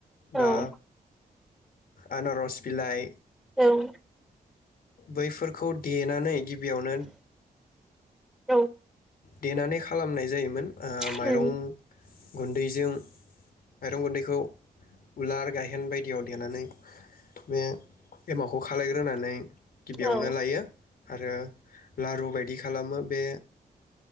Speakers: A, on the left (about 70°); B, in the centre.
A: बा
B: ओ
A: आनारस बिलाइ
B: औ औ ।
A: बैफोरखौ देनानै गिबियावनो
B: औ उम औ उम औ
A: देनानै खालामनाय जायोमोन। ओ माइरं
B: उम
A: गुन्दैजों माइरं गुन्दैखौ उलार गायहेन बायदियाव देनानै बे एमाव खौ खालायग्रोनानै गिबियावनो
B: औ औ उम औ
A: लायो। आरो लारु बायदि खालामो बे